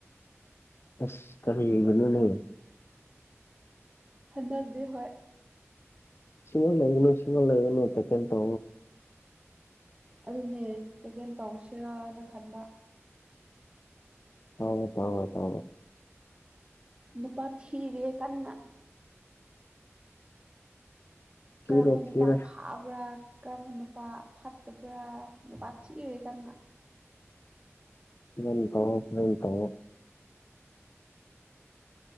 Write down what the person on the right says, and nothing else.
ꯍꯟꯗꯛꯇꯤ ꯍꯣꯏ
ꯑꯗꯨꯅꯦ ꯇꯩꯀꯦꯟ ꯇꯧꯁꯤꯔꯅ ꯈꯟꯕ
ꯅꯨꯄꯥ ꯊꯤꯕ ꯀꯟꯅ
ꯀꯔꯝꯕ ꯅꯨꯄꯥ
ꯐꯥꯕ꯭ꯔꯥ ꯀ꯭ꯔꯃ ꯅꯨꯄꯥ ꯐꯠꯇꯕ꯭ꯔꯥ ꯅꯨꯄꯥ ꯊꯤꯏꯔꯦ ꯀꯅ